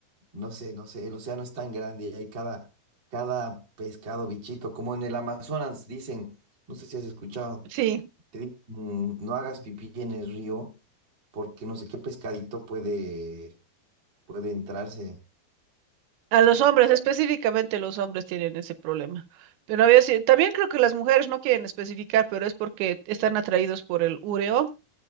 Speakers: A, on the right; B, on the right.
A: No sé, no sé, el océano es tan grande y hay cada, cada pescado, bichito, como en el Amazonas dicen, no sé si has escuchado,
B: Sí,
A: te dicen, "Mm, no hagas pipí en el río porque no sé qué pescadito puede, puede entrarse,
B: a los hombres, específicamente los hombres tienen ese problema. Pero a veces, también creo que las mujeres no quieren especificar, pero es porque están atraídos por el ureo,